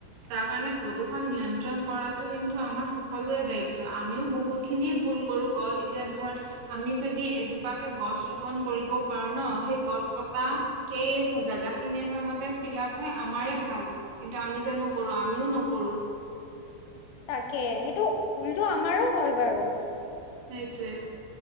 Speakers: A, on the right; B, on the left.
A: তাৰ কাৰণে প্ৰদূষণ নিয়ন্ত্ৰণ কৰাটো কিন্তু আমাৰ সকলোৰে দায়িত্ব, আমিও বহুত- খিনি ভুল কৰো গ' এতিয়া ধৰ আমি যদি এজোপাকে গছ ৰোপন কৰিব‌ও পাৰো ন, সেই গছ কটা
B: উম,
A: সেই জাগা খিনি আছ মতে ফিলাপ হয় আমাৰে ভাল, কিন্তু আমি যে নকৰো, আমিও নকৰো।
B: তাকে, সেইটো পুলটো আমাৰো হয় বাৰু।
A: সেইটোৱে।